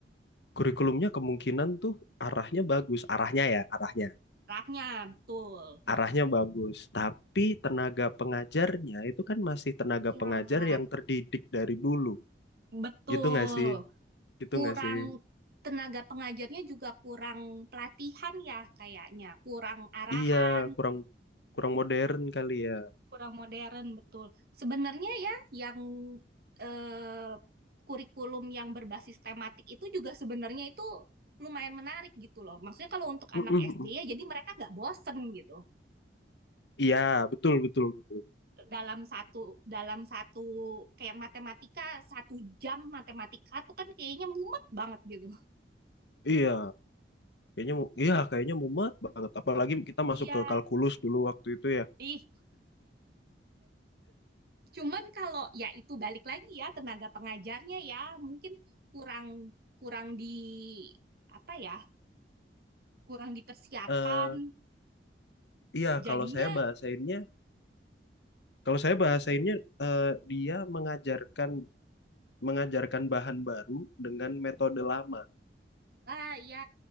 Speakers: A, on the left; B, on the right.
A: Kurikulumnya kemungkinan tuh arahnya bagus, arahnya ya, arahnya.
B: arahnya betul
A: Arahnya bagus, tapi tenaga pengajarnya itu kan masih tenaga
B: iya
A: pengajar yang terdidik dari dulu.
B: betul
A: Gitu nggak sih? Gitu
B: kurang
A: nggak sih?
B: tenaga pengajarnya juga kurang pelatihan ya kayaknya kurang arahan
A: Iya, kurang kurang modern kali ya.
B: kurang modern betul. Sebenarnya ya yang eh, kurikulum yang berbasis tematik itu juga sebenarnya itu lumayan menarik gitu loh. Maksudnya kalau untuk
A: Mm,
B: anak
A: mm,
B: SD
A: mm.
B: ya jadi mereka nggak bosen gitu.
A: Iya, betul betul betul.
B: Dalam satu dalam satu kayak matematika satu jam matematika tuh kan kayaknya mumet banget gitu.
A: Iya, Kayaknya mu- iya kayaknya mumet banget. Apalagi kita masuk
B: Iya.
A: ke kalkulus dulu waktu itu ya.
B: Ih, cuman kalau ya itu balik lagi ya tenaga pengajarnya ya mungkin kurang kurang di apa ya kurang dipersiapkan.
A: eh iya
B: Jadinya,
A: kalau saya bahasainnya kalau saya bahasainnya eh, dia mengajarkan mengajarkan bahan baru dengan metode lama.
B: ah ya,